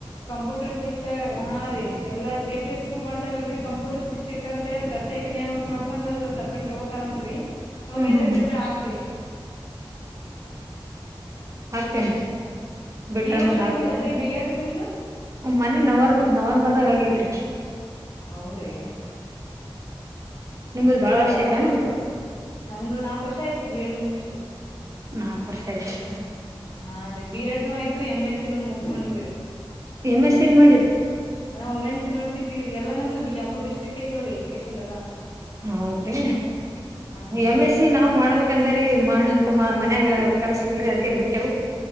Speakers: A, on the left; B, on the right.
A: ಕಂಪ್ಯೂಟರ್ ಶಿಕ್ಷಾ ಹಾ ರೀ ಎಲ್ಲಾ ಕೆ ಪಿ ಎಸ್ ಸ್ಕೂಲ್ ಮಾಡ್ತಾರಲ್ರರಿ ಕಂ ಪಟ್ರ ಶಿಕ್ಷಕರ ಅಂತ ಪ್ರತ್ಯೇಕ ನೇಮಕ ಮಾಡ್ಕೊಂಡು ಅದು ಸಪ್ರೇಟ್ ತಗೋತಾರಂತ ರರಿ
B: ಹ್ಮ್
A: ಅವಾಗ ಎಂಡ
B: ಹ್ಮ್ ಹ್ಮ್
A: ಬಿಟ್ರ ಹಾಕ್ಲಿ
B: ಹಾಕ್ತೇನಿ ಬಿಟ್ರಂದ್ರ
A: ಈ ವರ್ಷ
B: ಹಾಕ್ತೇನಿ
A: ಮುಗ್ದದನ್ರಿ ಬಿ ಎಡ್ ರೀ ನಿಮ್ದು
B: ಮನೆ ನವರ್ ನವೆಂಬರ್ದಾಗ ಆಗೈತ್ರಿ
A: ಹೌದೀ
B: ನಿಮ್ದ
A: ಆಯ್ತ
B: ಬಾಳ
A: ಹೇಳ್ರ
B: ವರ್ಷ
A: ಅವಕಾಶಗಳು
B: ಐತೆೇನ್ರರಿ
A: ಬಾರದ ನಂದು ನಾಕು ಹೊಷ ಐತ್ರಿ ಬೇಡ್ ಮುಗಸಿ
B: ನಾಕು ವರ್ಷ ಆಯ್ತು
A: ಹಾ ಅೀ ಬಿ ಎಡ್ನು ಆಯ್ತು ಎಮ್ ಎಸ್ಸಿನ ಮುಗಸ್ಕೊಂಡ್ಬರಿ
B: ಎಮ್ ಎಸ್ ಸಿ ಎಲ್ ಮಾಡಿರಿ
A: ಅ ಉಮೆನ್ಸ್ ಯುನರ್ಿಟಿ ರರಿ ಎಲ್ಲ ನಮ್ದು ಬಿಜಾಪುರ್ ಡಿಸ್ಟ್ರಿಕ್ಗ ಅವ್ರ ಎಜುಕೇಶಷನ್ಲ್ಲ
B: ಹೌದ್ರಿ
A: ರೀ
B: ಎಮ್ ಎಸ್ ಸಿ ನಾವ್ ಮಾಡ್ಬೇಕಂದ್ರ ಮಾಡಕ ಮಾ ಮನ್ಯಾಗ ಕಲ್ಸಲಲ್ರಿ ಅದಕ ಬಿಟ್ಟೆವು